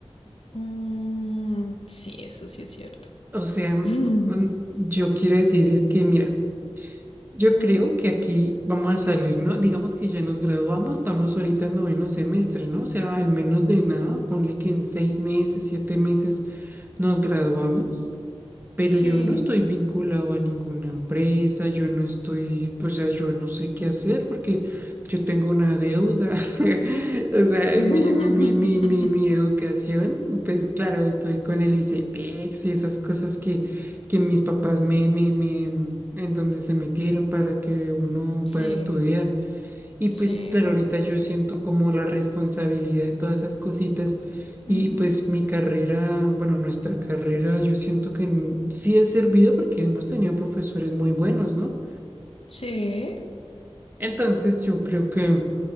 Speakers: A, on the left; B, on the right.
A: Mm, sí, eso sí es cierto.
B: O sea,
A: <laughs>
B: mm, yo quiero decir es que, mira, yo
A: Ujú,
B: creo que aquí vamos a salir, ¿no? Digamos que ya nos graduamos, estamos ahorita en noveno semestre, ¿no? O sea, en menos de nada, ponle que en seis meses, siete meses nos graduamos. Pero
A: Sí.
B: yo no estoy vinculado a ninguna empresa, yo no estoy, pues, o sea, yo no sé qué hacer porque yo tengo una deuda. <laughs> O sea,
A: <laughs>
B: mi, mi, mi, mi, mi educación, pues claro, estoy con el ICETEX y esas cosas que, que mis papás me, me, me, en donde se metieron para que uno
A: Sí,
B: pueda estudiar. Y pues
A: sí.
B: claro, ahorita yo siento como la responsabilidad de todas esas cositas
A: ujú,
B: y pues mi carrera, bueno, nuestra carrera, yo siento que n- sí ha servido porque hemos tenido profesores muy buenos, ¿no?
A: Sí.
B: Entonces yo creo que